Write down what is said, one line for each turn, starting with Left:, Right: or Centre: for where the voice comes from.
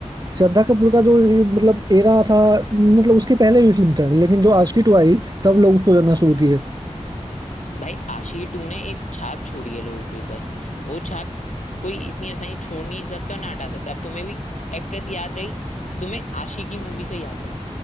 Right: श्रद्धा कपूर का जो ये मतलब एरा था मतलब उसके पहले भी फिल्म था लेकिन जो आशिकी टू आई तब लोग उसको जानना शुरू किए
Left: भाई आशिकी टू ने एक छाप छोड़ी है लोगों के ऊपर वो छाप कोई इतनी आसानी से छोड़ नहीं सकता और ना हटा सकता अब तुम्हें भी एक्ट्रेस याद रही तो तुम्हें आशिकी मूवी से याद रही